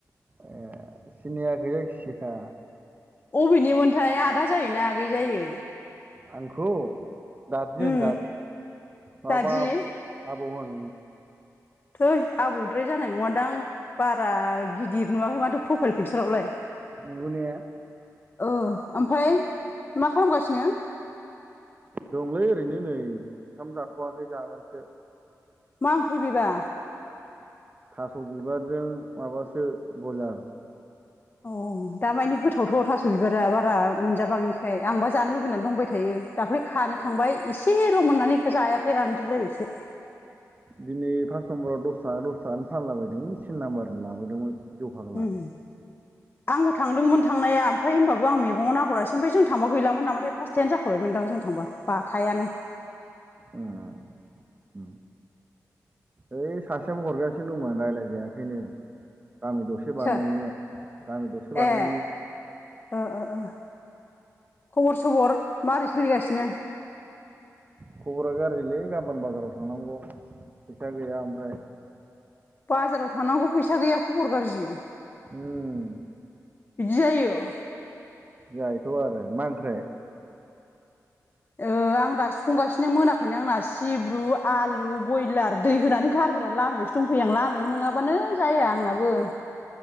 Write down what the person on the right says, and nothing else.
ए सिनिया गै जायखि सिखा
आंखौ दादि
होन दादि मावाबा
बौहोन
नंगौ ने
दंलै ओरैनो नै ओंखाम जाथ'वाखै जागोनसो
थास' बिबारजों माबासो बयलार
दिनै फास नाम्बाराव दस थाखा दस थाखानि फानलाबायदों थिन नाम्बारनो लाबोदोंमोन जौ फाग्ला
उम उम ओइ सासेयाबो हरगासिनो दंमोन राय्लायजायाखैनो गामि दरसे बारनायनिया
गामि दरसे बारनायनि
खबरा गाज्रिलै गाबोन बाजाराव थांनांगौ फैसा गैया ओमफ्राय
उम
जाहथ' आरो मा ओंख्राय